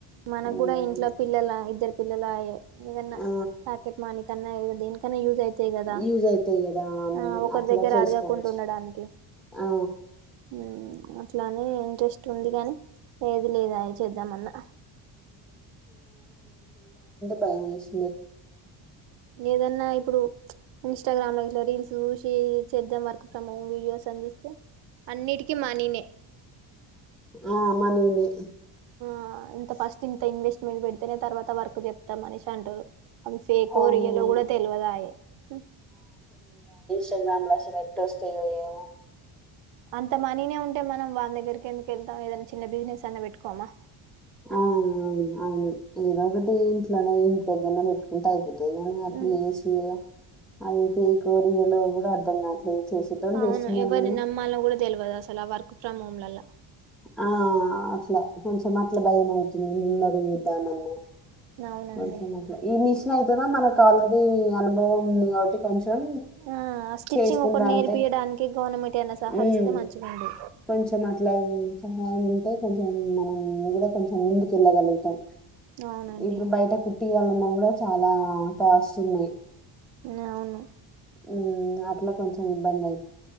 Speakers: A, on the right; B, in the centre.
A: మనగ్
B: ఉమ్
A: గుడ ఇంట్లో పిల్లలా ఇద్దరు పిల్లలా ఎదె ఏదన్న
B: ఆ
A: పాకెట్ మనిక్ పన్నయ్ గదా దేనిక్ తన యూజ్ అయితై గదా
B: యూజ్ అయితాయి కదా
A: ఆ ఒకొర్
B: అట్లా
A: దగ్గెర
B: చేసుకోవచ్చు
A: అడగకుంట్ ఉండడానికి
B: ఆ
A: ఊ అట్లానే ఇంట్రెస్ట్ ఉంది గాని ఏది లేదా అయి చేద్దామన్న
B: బ్యాంగిల్స్
A: ఏదన్న ఇప్పుడు ఇష్ ఇంస్టాగ్రామ్లో ఇట్ల రీల్స్ చూసి చేద్దాం వర్క్ ఫ్రం హోం వీడియోస్ అన్ చూస్తే అన్నిటికి మనీనే
B: ఆ మనీనే
A: ఆ ఇంత ఫస్ట్ ఇంత ఇన్వెస్ట్మెంట్ పెడితెనే తర్వాత వర్క్ జెప్తం అనేసి అంటరు అవి ఫేకో
B: అవునవును
A: రియలో గుడ తెల్వదాయే పా
B: టెన్ మ్యాన్ వశలు ఎట్ ఒస్తయో ఏమో
A: అంత మనీనే ఉంటే మనం వాన్ దగ్గరికి ఎందుకు ఎళ్తాం ఏదన్న చిన్న బిజినెస్ అన్న బెట్టుకోమా
B: ఆ అవును అవును ఏదోకటి ఇంట్లోనే ఇంటి దగ్గరనే అంట అయిపోతంది కాని అట్ల్
A: ఉమ్
B: ఏశి అది పేకో రియలో కూడా అన్నా చేసిద్దాం
A: అవును
B: చేస్తున్నాను
A: ఎవరిని
B: కానీ
A: నమ్మాలో కూడా తెలవదు అసలు ఆ వర్క్ ఫ్రమ్ హోమ్లలా
B: ఆ అట్లా కొంచెం ఏమవుతుంది ముంద అడుగుతా మన్న
A: అవునండి
B: కొంచెం అట్ల మ ఈమిశ్ తున మన ఆల్రెడీ అనుభవం ఉంది కాబట్టి కొంచెం
A: ఆ ఆ స్టిచ్చింగ్
B: చేసుకుంట
A: ఒకటి నేర్పియడానికి
B: అంటే
A: గవర్నమెంట్ ఏమైనా సహరిస్తే
B: మ్
A: మంచిగుండు
B: కొంచెం అట్లా సహాయం ఉంటే కొంచెం మనం కూడా కొంచెం ముందుకెళ్ళగలుగుతం
A: అవునండి
B: ఇప్పుడు బైట కుట్టి న్నా కూడా చాలా కాస్ట్ ఉన్నాయి
A: నవును
B: మ్ అట్ల కొంచెం ఇబ్బంది అయి